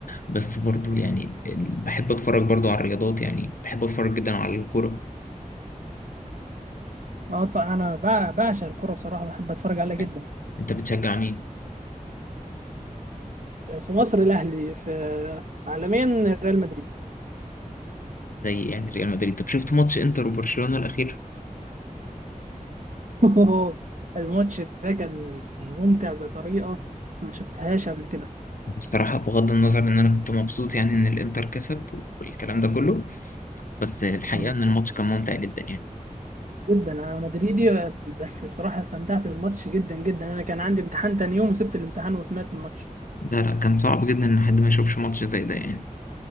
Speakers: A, on the left; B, on the right.
A: بس برضو يعني ال... بحب أتفرج برضو على الرياضات يعني بحب أتفرج جدا على الكرة
B: اه طبعا انا بع- بعشق الكوره بصراحه بحب اتفرج عليها جدا
A: يعني أنت بتشجع مين؟
B: في مصر الاهلي في عالميا ريال مدريد
A: زي يعني ريال مدريد طب شفت ماتش إنتر وبرشلونة الأخير؟
B: <laughs> أوه، الماتش ده كان ممتع بطريقه ما شفتهاش قبل كده
A: بصراحة بغض النظر إن أنا كنت مبسوط يعني إن الإنتر كسب والكلام ده كله بس الحقيقة
B: مم.
A: إن الماتش كان ممتع جدا يعني
B: جدا انا مدريدي بس بصراحه استمتعت بالماتش جدا جدا انا كان عندي امتحان تاني يوم وسبت الامتحان وسمعت الماتش
A: لا لا كان صعب جدا إن حد ما يشوفش ماتش زي ده يعني